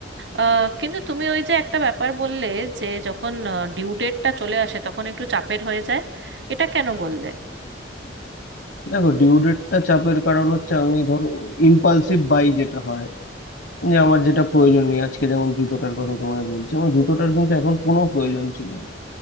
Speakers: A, on the right; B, on the left.
A: আহ, কিন্তু তুমি ওই যে একটা ব্যাপার বললে যে যখন ডিউ ডেটটা চলে আসে তখন একটু চাপের হয়ে যায় এটা কেন বললে
B: দেখো ডিউ ডেটটা চাপের কারণ হচ্ছে আমি ধরো ইম্পালসিভ বাই যেটা হয় যে আমার যেটা প্রয়োজন নেই আজকে যেমন জুতোটার কথা তোমায় বলছি আমার জুতোটার কিন্তু এখন কোনো প্রয়োজন ছিল না